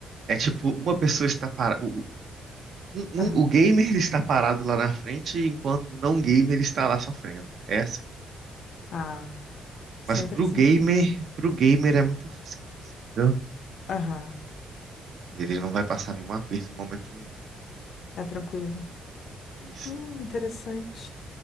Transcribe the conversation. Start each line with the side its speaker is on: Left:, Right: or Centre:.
Right: é tipo, uma pessoa está parada. O, um- um-
Left: aham.
Right: o gamer está parado lá na frente, enquanto o não gamer está lá sofrendo. É assim.
Left: Ah, sempre
Right: Mas pro
Left: assim.
Right: gamer, pro gamer é muito fácil, entendeu?
Left: Aham.
Right: Ele não vai passar nenhum aperto em momento nenhum.
Left: É tranquilo.
Right: Isso.
Left: Hum, interessante.